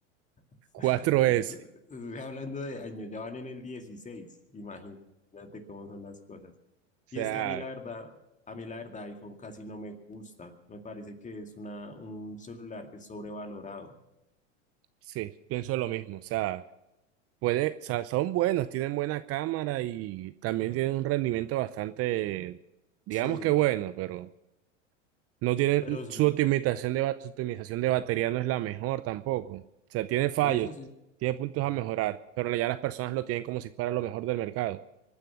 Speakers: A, on the left; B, on the right.
A: <laughs>
B: cuatro s
A: Esto- Estoy hablando de años, ya van en el 16. imagínate cómo son las cosas.
B: O
A: Y
B: sea,
A: es que a mí la verdad, a mí la verdad iPhone casi no me gusta, me parece que es una, un celular que es sobrevalorado,
B: sí, pienso lo mismo. O sea, puede, o sea, son buenos, tienen buena cámara y también tienen un rendimiento bastante, digamos
A: Sí,
B: que bueno, pero No tiene,
A: pero es-
B: su optimización de, ba- su optimización de batería no es la mejor tampoco. O sea, tiene fallos,
A: en eso sí,
B: tiene puntos a mejorar, pero ya las personas lo tienen como si fuera lo mejor del mercado.